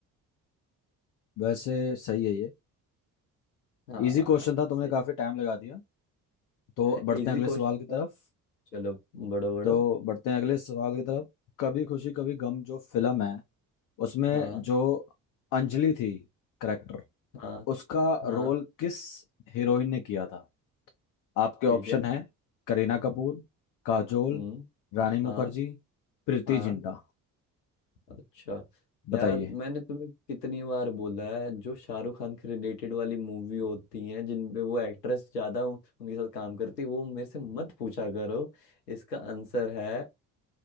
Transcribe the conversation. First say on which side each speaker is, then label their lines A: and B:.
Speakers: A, on the left; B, on the left.
A: वैसे सही है ये
B: हाँ
A: इजी क्वेश्चन था
B: सही
A: तुमने काफी टाइम लगा दिया तो
B: <laughs>
A: बढ़ते
B: इजी
A: हैं अगले
B: क्वेश्चन
A: सवाल की
B: था
A: तरफ
B: चलो बड़ो बड़ो
A: तो बढ़ते हैं अगले सवाल की तरफ कभी खुशी कभी गम जो फिल्म है उसमें
B: हाँ
A: जो अंजलि थी करेक्टर
B: हाँ
A: उसका
B: हाँ
A: रोल किस हीरोइन ने किया था आपके
B: ठीक
A: ऑप्शन
B: है
A: हैं करीना कपूर काजोल
B: हम्म
A: रानी मुखर्जी
B: हाँ
A: प्रीति
B: हाँ
A: जिंटा
B: अच्छा
A: बताइए
B: यार मैंने तुम्हें कितनी बार बोला है जो शाहरुख खान के रिलेटेड वाली मूवी होती हैं जिन पे वो एक्ट्रेस ज्यादा उन- उनके साथ काम करती है वो मेरे से मत पूछा करो इसका आंसर है